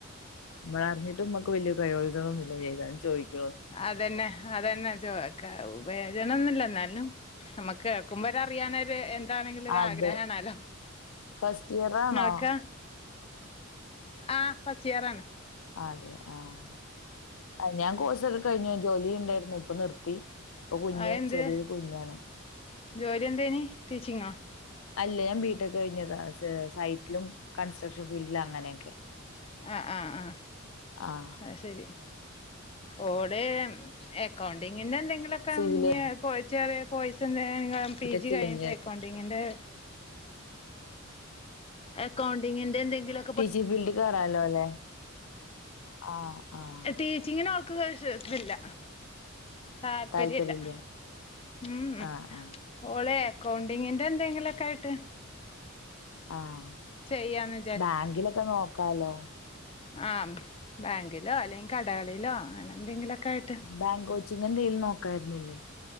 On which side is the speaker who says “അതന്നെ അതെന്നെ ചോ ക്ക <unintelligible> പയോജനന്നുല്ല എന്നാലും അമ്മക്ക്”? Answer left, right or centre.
Left